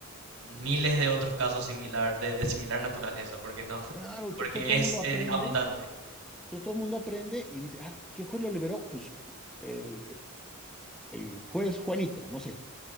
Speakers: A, on the right; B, in the centre.
A: miles de otros casos similar, de, de similar naturaleza, porque no, <laughs>
B: claro, ento-
A: porque
B: entonces todo
A: es,
B: el mundo aprende,
A: es abundante.
B: entonces todo el mundo aprende y dice, ah, ¿qué juez lo liberó? Pues ju- el el juez Juanito, no sé.